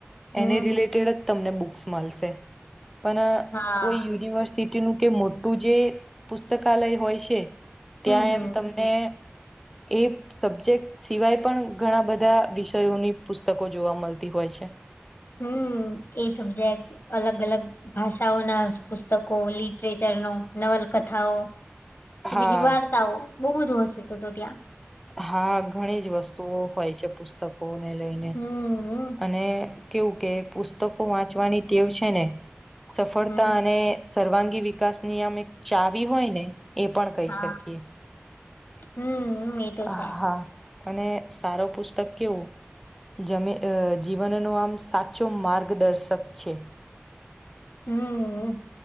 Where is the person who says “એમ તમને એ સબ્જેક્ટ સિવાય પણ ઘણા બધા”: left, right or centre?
Centre